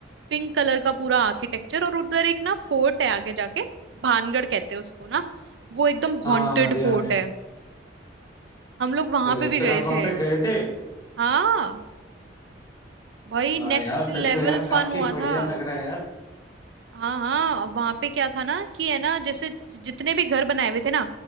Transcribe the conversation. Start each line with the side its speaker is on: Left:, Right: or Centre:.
Right: पिंक कलर का पूरा आर्किटेक्चर और उधर एक ना फोर्ट है आगे जाके भानगढ़ कहते हैं उसको ना वो एकदम
Left: हाँ
Right: हॉन्टेड
Left: ध्यान
Right: फोर्ट
Left: है
Right: है हम लोग वहां
Left: अरे
Right: पे भी
Left: फिर
Right: गए
Left: आप वहां
Right: थे
Left: पे गए थे
Right: हाँ भाई
Left: हाँ
Right: नेक्स्ट
Left: यार फिर
Right: लेवल
Left: तो यार काफी
Right: फन हुआ
Left: बढ़िया
Right: था
Left: लग रहा है यार
Right: हाँ हाँ वहां पे क्या था ना कि है ना जैसे जि- जितने भी घर बनाए हुए थे ना